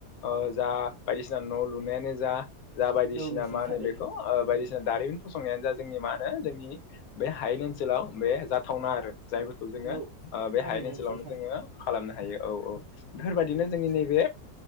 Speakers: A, on the left; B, on the right.
A: ओ जा बायदिसिना न' लुनायानो जा जा बायदिसिना
B: औ नोंथां
A: मा होनो
B: थारैनो
A: बेखौ ओ बायदि सिना दारिमिन फसंनायानो जा जोंनि मा होनो जोंनि बे हायेन ओनसोलाव बे जाथावना आरो जायफोर खौ जोङो
B: औ
A: ओ बे
B: थारैनो
A: हायेन ओनसोलावनो
B: नोंथां थारैनो
A: जोङो खालामनो हायो औ औ बेफोरबायदिनो
B: थारैनो नोंथां
A: जोंनि नैबे